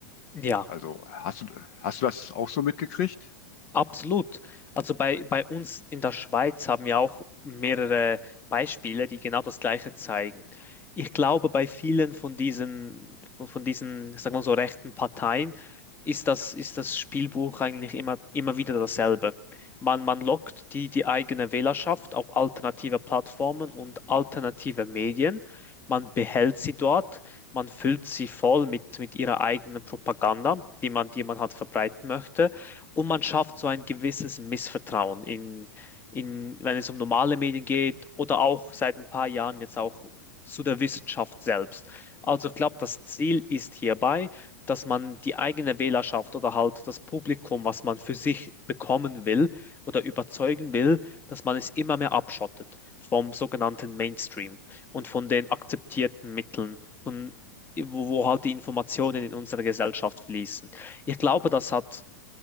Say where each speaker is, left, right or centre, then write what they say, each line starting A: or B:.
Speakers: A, on the left; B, on the left.
A: Ja.
B: Also hast du, hast du das auch so mitgekriegt?
A: Absolut. Also bei, bei uns in der Schweiz haben wir auch mehrere Beispiele, die genau das Gleiche zeigen. Ich glaube, bei vielen von diesen, von diesen, sagen wir so, rechten Parteien ist das, ist das Spielbuch eigentlich immer, immer wieder dasselbe. Man, man lockt die, die eigene Wählerschaft auf alternative Plattformen und alternative Medien. Man behält sie dort, man füllt sie voll mit, mit ihrer eigenen Propaganda, die man, die man halt verbreiten möchte und man schafft so ein gewisses Missvertrauen in, in, wenn es um normale Medien geht oder auch seit ein paar Jahren jetzt auch zu der Wissenschaft selbst. Also ich glaube, das Ziel ist hierbei, dass man die eigene Wählerschaft oder halt das Publikum, was man für sich bekommen will oder überzeugen will, dass man es immer mehr abschottet vom sogenannten Mainstream und von den akzeptierten Mitteln, von wo, wo halt die Informationen in unsere Gesellschaft fließen. Ich glaube, das hat